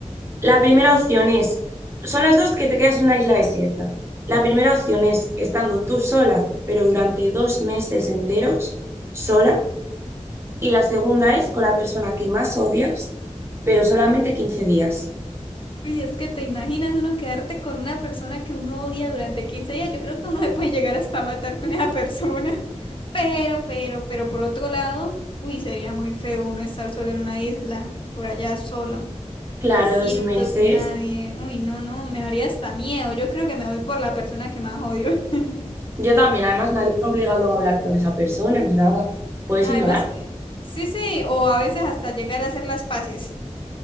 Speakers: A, on the right; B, on the left.
A: la primera opción es, son las dos que te quedas en una isla desierta. La primera opción es estando tú sola, pero durante dos meses enteros, sola. Y la segunda es con la persona que más odias, pero solamente 15 días.
B: Y es que te imaginas uno quedarte con una persona que uno odia durante 15 días. Yo creo que uno se puede llegar hasta matar con esa persona. <laughs> Pero, pero, pero por otro lado, uy, sería muy feo uno estar solo en una isla, por allá solo,
A: Claro,
B: desierto,
A: dos meses.
B: sin nadie. Uy, no, no, me haría hasta miedo. Yo creo que me voy por la persona que más odio. <laughs>
A: Yo también, además
B: Sí.
A: nadie te obliga luego a hablar con esa persona ni nada. Puedes
B: Además,
A: ignorar.
B: eh, sí, sí, o a veces hasta llegar a hacer las paces.